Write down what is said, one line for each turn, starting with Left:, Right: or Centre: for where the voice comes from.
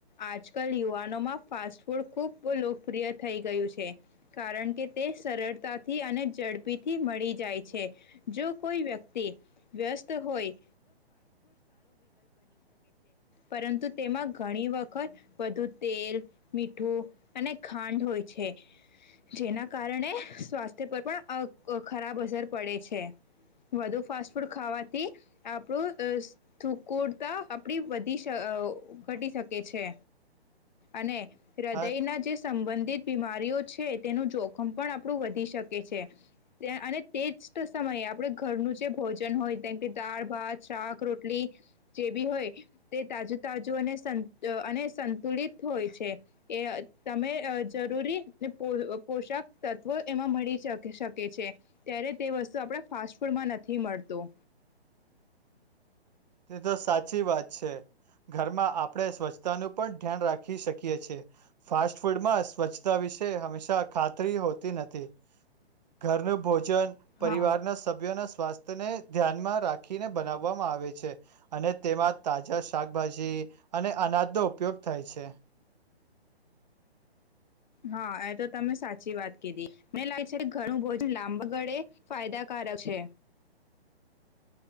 Left: આજકાલ યુવાનોમાં ફાસ્ટ ફૂડ ખૂબ લોકપ્રિય થઈ ગયું છે, કારણ કે તે સરળતાથી અને ઝડપીથી મળી જાય છે, જો કોઈ વ્યક્તિ વ્યસ્ત હોય પરંતુ તેમાં ઘણી વખત વધુ તેલ મીઠું અને ખાંડ હોય છે, જેના કારણે સ્વાસ્થ્ય પર પણ ખરાબ અસર પડે છે, વધુ ફાસ્ટ ફૂડ ખાવાથી આપણું <unintelligible> આપણી <unintelligible> ઘટી શકે છે. અને હૃદયના
Right: હા
Left: જે સંબંધિત બીમારીઓ છે, તેનું જોખમ પણ આપણું વધી શકે છે, અને તે જ <unintelligible> સમયે આપડ ઘરનું જે ભોજન હોય કેમ કે દાળ ભાત શાક રોટલી જે ભી હોય તે તાજું-તાજુ અને સન અને સંતુલિત હોય છે. એ તમે જરૂરી પોષાક તત્વો એમાં મળી શકે છે ત્યારે તે વસ્તુ આપણા ફાસ્ટ ફૂડમાં નથી મળતું.
Right: એ તો સાચી વાત છે. ઘરમાં આપણે સ્વચ્છતાનું પણ ધ્યાન રાખી ખી શકીએ છે. ફાસ્ટ ફૂડ માં સ્વચ્છતા વિશે હંમેશા ખાતરી હોતી નથી. ઘરનું ભોજ જન પરિવારના
Left: હા.
Right: સભ્યોના સ્વાસ્થ્યને ધ્યાનમાં રાખીને બનાવવામાં આવે છે. અને તેમાં તાજા શાકભાજી અને અનાજનો ઉપયોગ થાય છે.
Left: હા એ તો તમે સાચી વાત કીધી મે <unintelligible> ઘણું ભોજન લાંબ ગળે ફાયદાકારક છે.